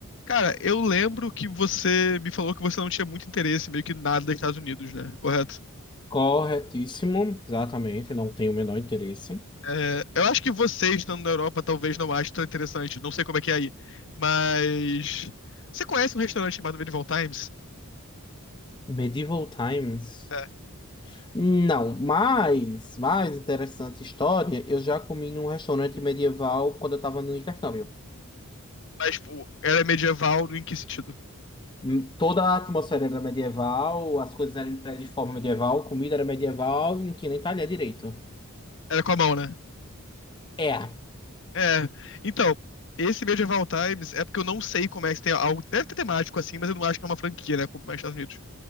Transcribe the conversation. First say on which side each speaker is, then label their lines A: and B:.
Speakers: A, on the left; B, on the left.
A: Cara, eu lembro que você me falou que você não tinha muito interesse, meio que nada dos Estados Unidos, né? Correto?
B: Corretíssimo, exatamente, não tenho o menor interesse.
A: É, eu acho que você estando na Europa talvez não ache tão interessante, não sei como é que é aí. Mas você conhece um restaurante chamado Medieval Times?
B: Medieval Times.
A: É,
B: Não, mas, mais interessante história, eu já comi num restaurante medieval quando eu estava no intercâmbio.
A: mas pô, era medieval em que sentido?
B: Hum, Toda a atmosfera era medieval, as coisas eram entregues de forma medieval, comida era medieval e não tinha nem talher direito.
A: Era com a mão, né?
B: É. Ah,
A: É. Então, esse Medieval Times é porque eu não sei como é que tem algo. Deve ter temático assim, mas eu não acho que é uma franquia, né? Como é nos Estados Unidos.